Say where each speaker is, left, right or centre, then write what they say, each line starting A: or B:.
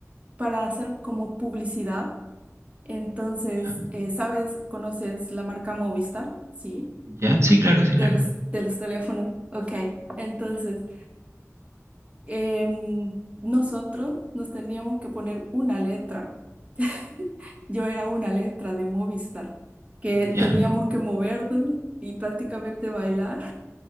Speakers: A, on the right; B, on the right.
A: para hacer como publicidad. Entonces,
B: Ya,
A: eh, ¿sabes? ¿Conoces la marca Movistar? Sí,
B: ya, sí, claro, sí,
A: de
B: claro.
A: los, de los teléfonos. Ok, entonces, em, nosotros nos teníamos que poner una letra. <laughs> Yo era una letra de Movistar, que
B: Ya.
A: teníamos que movernos y prácticamente bailar.